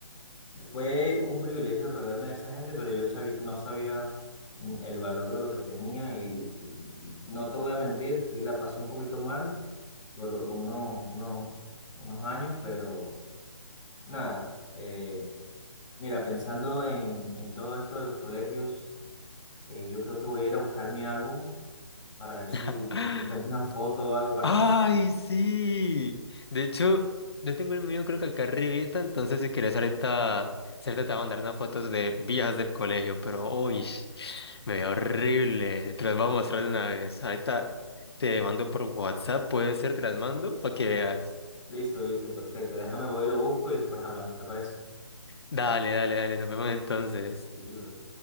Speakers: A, in the centre; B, on the left.
A: Fue un privilegio rodearme de esa gente, pero yo sabi- no sabía mm, el valor de lo que tenía y, y no te voy a mentir, sí la pasé un poquito mal por uno- uno- unos años, pero nada, eh, mira, pensando en, en todo esto de los colegios, eh, yo creo que voy a ir a buscar mi álbum para ver si,
B: <laughs>
A: si encuentro una foto o algo para
B: ¡Ay,
A: mostrarte.
B: sí! De hecho, yo tengo el mío creo que acá arribita, entonces si quieres ahorita, cierto, te voy a mandar unas fotos de viejas del colegio, pero uy, me veo horrible. Te las voy a mostrar de una vez. Ahorita te mando por WhatsApp, puede ser, te las mando para que veas.
A: Listo, listo, perfecto. Déjame, voy y lo busco y después hablamos, ¿te parece?
B: Dale, dale, dale, nos vemos entonces.
A: Listo.